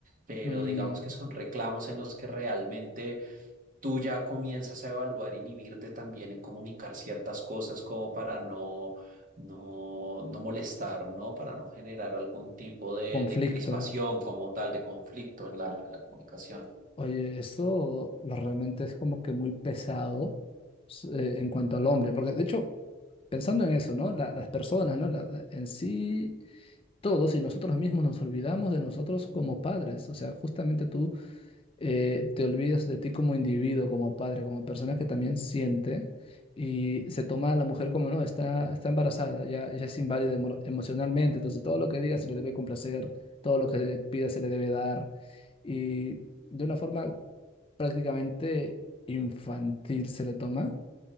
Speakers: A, on the right; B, on the left.
A: pero
B: mm,
A: digamos que son reclamos en los que realmente tú ya comienzas a evaluar, inhibirte también en comunicar ciertas cosas como para no no, no molestar, ¿no? Para no generar algún tipo de,
B: conflicto.
A: de encrispación como tal, de conflicto en la, en la comunicación.
B: Oye, esto realmente es como que muy pesado s- eh, en cuanto al hombre, porque de hecho, pensando en eso, ¿no? La- las personas, ¿no? La- la- en sí, todos y nosotros mismos nos olvidamos de nosotros como padres. O sea, justamente tú eh, te olvidas de ti como individuo, como padre, como persona que también siente y se toma a la mujer como, no, está, está embarazada, ya, ya es inválida emo- emocionalmente, entonces todo lo que diga se le debe complacer, todo lo que pida se le debe dar y de una forma prácticamente infantil se le toma.